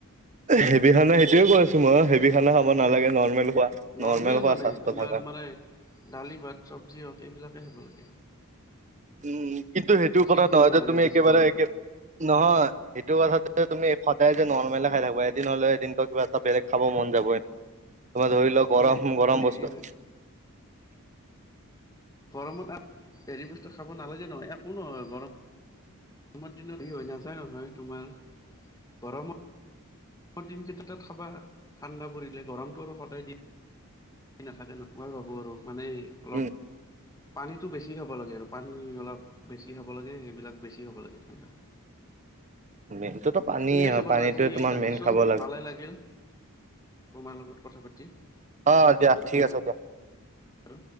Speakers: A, on the right; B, on the left.
A: হেভি খানা সেইটোয়ে কৈ আছো মই হেভি খানা খাব নালাগে নৰ্মেল খোৱা
B: নৰ্মেল
A: খোৱা
B: মানে,
A: স্বাস্থ্য
B: তোমাৰ
A: থাকা।
B: মানে দালি ভাত চব্জি হওক এইবিলাকে খাবা লাগে।
A: উম, কিন্তু সেইটো
B: বেছি
A: কথা নহয়
B: নালাগে
A: যে তুমি
B: বেছি
A: একেবাৰে
B: গৰম
A: একে,
B: কৰি
A: নহয় সেইটো কথা তুমি সদায় যে নৰ্মলে খাই থাকবা এদিন হ'লে এদিনত কিবা এটা বেলেগ খাব মন যাবয়ে। তোমাৰ ধৰি লোৱা
B: তুমি
A: গৰম-গৰম
B: হেৰি
A: বস্তু।
B: গৰমত আ হেৰি বস্তু খাব নালাগে নহয়, একো নহয় গৰম গৰমৰ দিনত এই হৈ নাযায় নহয় তোমাৰ। গৰমত দিনকেইটাত খাবা ঠাণ্ডা পৰিলে গৰমটো আৰু সদায় দি নাথাকে নই। মই ভাবোঁ আৰু মানে অলপ
A: উম
B: পানীটো বেছি খাব লাগে আৰু পানী অলপ বেছি খাব লাগে এইবিলাক বেছি খাব লাগে ঠাণ্ডাত। <inaudible>
A: <unintelligible>
B: ঠিক আছে
A: হয়
B: বাৰু
A: পানীটোৱে
B: আজি
A: তোমাৰ
B: ৰাখিছো
A: মেইন খাব লাগে।
B: ভালে লাগিল, তোমাৰ লগত কথা পাতি, পিছত
A: অ দিয়া
B: কথা পাতিম
A: ঠিক আছে
B: বা
A: দিয়া।
B: ৰু।